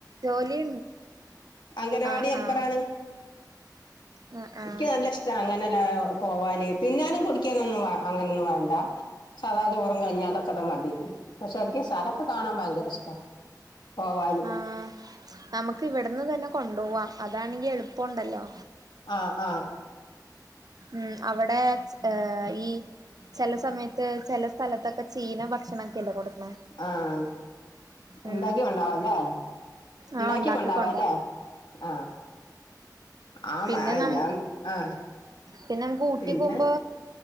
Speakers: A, on the right; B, on the left.
A: ജോലി
B: അംഗനവാടി
A: ആഹ്
B: ഹെൽപ്പറാണ്.
A: ആഹ് ആഹ്
B: എനിക്ക്
A: ആഹ്
B: നല്ല ഇഷ് ടാ അങ്ങനെല്ലാം പോവാന് തിന്നാനും കുടിക്കാനൊന്നും അങ്ങനൊന്നും വേണ്ട. സദാ ചോറും, കഞ്ഞി അതൊക്കെ മതി പക്ഷെ യ്ക്ക് സ്ഥലൊക്കെ കാണാൻ ഭയങ്കര ഇഷ്ടാ. പോവാന്
A: ആഹ് നമുക്ക് ഇവിടുന്ന് തന്നെ കൊണ്ടു പോവാം അതാണെങ്കി എളുപ്പുണ്ടല്ലോ.
B: ആഹ് ആഹ്.
A: ഉം അവിടെ ഏ ഈ ചില സമയത്ത് ചില സ്ഥലത്തൊക്കെ ചീന ഭക്ഷണൊക്കെ അല്ലെ കൊടുക്കണേ.
B: ആഹ്. ഉണ്ടാക്കിക്കൊണ്ടോവലെ
A: ഉം ആഹ്
B: ഉണ്ടാക്കിക്കൊണ്ടോവലെ
A: ഉണ്ടാക്കിക്കൊണ്ടോ
B: ആഹ്. ആഹ്
A: പിന്നെ നമ്മ
B: <unintelligible> ആഹ്.
A: പിന്നെ നമ്മുക്ക് ഊട്ടി
B: പിന്നെ
A: പോകുമ്പോ